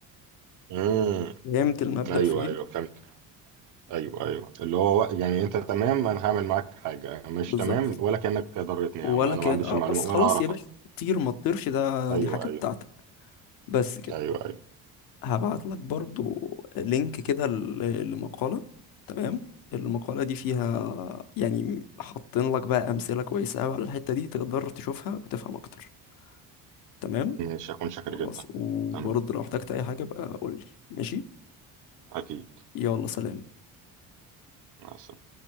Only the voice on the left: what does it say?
فهمت المبدأ
في ايه
بالظبط
ولا
كان
اه
بس
خلاص
يا باشا طير ما تطيرش ده
دي حاجه
بتاعتك بس كده
هبعت لك برضو لينك كده ل- لمقاله تمام المقاله دي فيها يعني حاطين لك بقى امثله كويسه قوي على الحته دي تقدر تشوفها وتفهم اكتر تمام
خلاص
وبرضه
لو احتجت اي حاجة بقى قول لي ماشي
يلا سلام